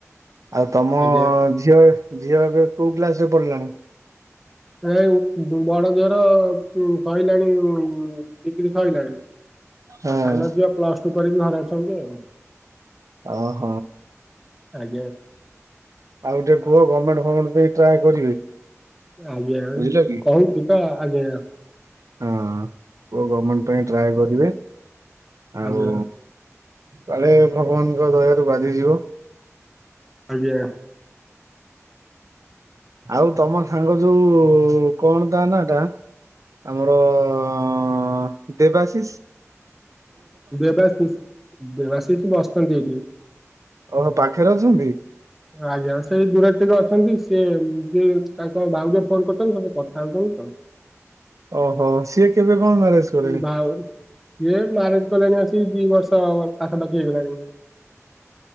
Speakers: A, on the right; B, in the centre.
A: ଆଉ ତମ
B: ଆଜ୍ଞା
A: ଝିଅ ଝିଅ ଏବେ କୋଉ କ୍ଲାସ ରେ ପଢ଼ିଲାଣି?
B: ଏ ବଡ ଝିଅ ର ସଇଲାଣି ଉଁ ଡିଗ୍ରୀ ସଇଲାଣି।
A: ହଁ
B: ଆଉ ସାନ ଝିବ ପ୍ଲସ୍ ଟୁ କରିକି ଘରେ ଅଛନ୍ତି ଆଉ।
A: ଅହ।
B: ଆଜ୍ଞା।
A: ଆଉ ଟିକେ କୁହ ଗମେଣ୍ଟ ଫମେଣ୍ଟ ପାଇଁ ଟ୍ରାଏ କରିବେ।
B: ଆଜ୍ଞା
A: ବୁଝିଲ କି?
B: କହୁଚୁ ତ ଆଜ୍ଞା।
A: ହଁ କୁଅ ଗମେଣ୍ଟ ପାଇଁ ଟ୍ରାଏ କରିବେ ଆଉ
B: ଆଜ୍ଞା
A: କାଳେ ଭଗବାନ୍ ଙ୍କ ଦୟାରୁୁ ବାଜିଯିବ।
B: ଆଜ୍ଞା।
A: ଆଉ ତମର୍ ସାଙ୍ଗ ଯୋଉ କଣ୍ ତା ନା ଟା? ଆମର ଅ ଦେବାଶିଷ୍।
B: ଦେବାଶିଷ୍ ଦେବାଶିଷ୍ ବସ୍ତାନ୍ତି ଏଟି।
A: ଓହୋ ପାଖରେ ଅଛନ୍ତି।
B: <inaudible> ଆଜ୍ଞା ସେଇ ଦୂରରେ ଟିକେ ଅଛନ୍ତି ସିଏ ଯିଏ ତାଙ୍କ ଭାଉଜ ଫୋନ କରୁଛନ୍ତି ତ ସେ କଥା ହଉଛନ୍ତି। <inaudible>
A: ଓହୋ ସିଏ କେବେ କଣ ମ୍ୟାରେଜ କଲେଣି?
B: ଭାଉ ସିଏ ମ୍ୟାରେଜ କଲେଣି ଆସି ଦି ବର୍ଷ ପାଖାପାଖି ହେଇଗଲାଣି।